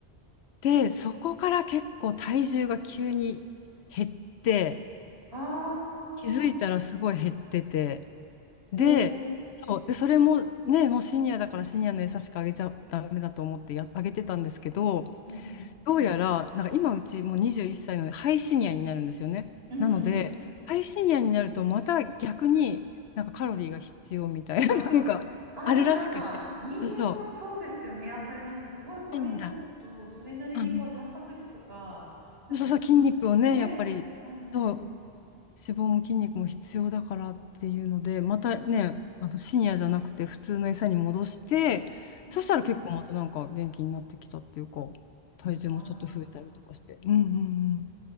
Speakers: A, on the left; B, on the right.
A: て、そこから結構体重が急に減って、
B: ああ、
A: 気づいたらすごい減ってて、で、
B: えー、
A: そう、で、それもね、もうシニアだからシニアの餌しかあげちゃダメだと思ってや、あげてたんですけど、
B: うん
A: どうやら、なんか今うちもう21歳なので、ハイシニアになるんですよね。
B: うん。
A: なので、
B: うんうんうんうん。
A: ハイシニアになるとまた逆になんかカロリーが必要みたいな、
B: あ、
A: <laughs> なんかあるらしくて。
B: あー、でもなんか人間もそうですよね。
A: そうそ
B: やっぱりなんかすごい高齢になると、
A: う。いいんだ。
B: それなりにこう、
A: うん。
B: タンパク質とか、なんか
A: そうそう、筋肉をね、
B: ね、
A: やっぱり、
B: うんうんうん。
A: そう、脂肪も筋肉も必要だからっていうので、またね、あの深夜じゃなくて普通の餌に戻して、
B: うん
A: そしたら結構またなんか元気になってきたっていうか、体重もちょっと増えたりとかして。
B: ああ。
A: うんうんうん。